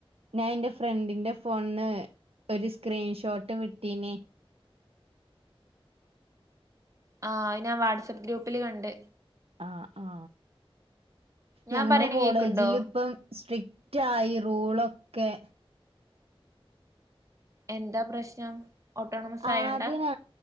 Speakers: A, on the right; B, on the right.
A: ഞാൻ എന്റെ ഫ്രണ്ടിന്റെ ഫോണന്ന് ഒരു സ്ക്രീൻഷോട്ട് വിട്ടീനെ.
B: ആ ഞാൻ വാട്സആപ്പ് ഗ്രൂപ്പില് കണ്ട്.
A: ആ ആ
B: ഞാൻ
A: ഞങ്ങള്
B: പറയണ
A: കോളേജിൽ
B: കേക്ക്ണ്ടോ
A: ഇപ്പം സ്ട്രിക്റ്റ്. ഉറ്റായി റൂളൊക്കെ.
B: എന്താ പ്രശ്നം ഓട്ടോണമസ് ആയണ്ടാ?
A: ആദ്യ